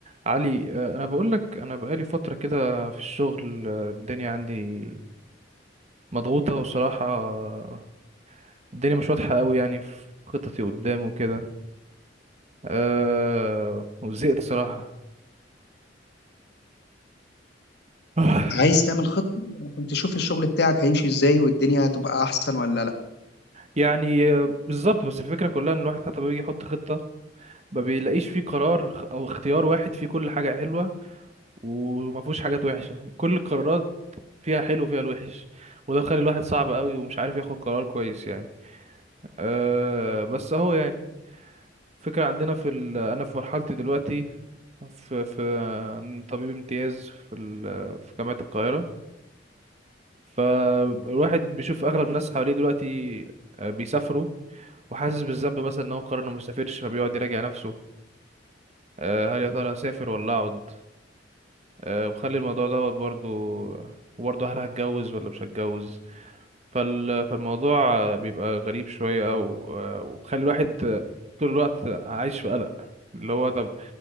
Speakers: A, on the right; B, on the left.
A: علي آه، انا بقول لك انا بقالي فتره كده في الشغل آه، الدنيا عندي مضغوطه وصراحه آه، الدنيا مش واضحه قوي يعني في خططي قدام وكده أه وزهقت صراحه <sighs>
B: عايز تعمل خطة عشان تشوف الشغل بتاعك هيمشي ازاي والدنيا هتبقى احسن ولا لا
A: يعني آه، بالظبط بس الفكره كلها ان الواحد حتى بيجي يحط خطه ما بيلاقيش فيه قرار خ- او اختيار واحد فيه كل حاجه حلوه وما فيهوش حاجات وحشه كل القرارات فيها حلو وفيها الوحش وده خلي الواحد صعب قوي ومش عارف ياخد قرار كويس يعني أه بس اهو يعني فكرة عندنا في ال... أنا في مرحلتي دلوقتي في في طبيب امتياز في ال... في جامعة القاهرة فالواحد بيشوف أغلب الناس حواليه دلوقتي آه، بيسافروا وحاسس بالذنب مثلا إن هو قرر إنه ما يسافرش فبيقعد يراجع نفسه آه، هل يا ترى أسافر ولا أقعد آه، ومخلي الموضوع دوت برضو وبرضه هل هتجوز ولا مش هتجوز فال... فالموضوع آه، بيبقى غريب شوية أو آه، ومخلي الواحد آه، طول الوقت عايش في قلق اللي هو طب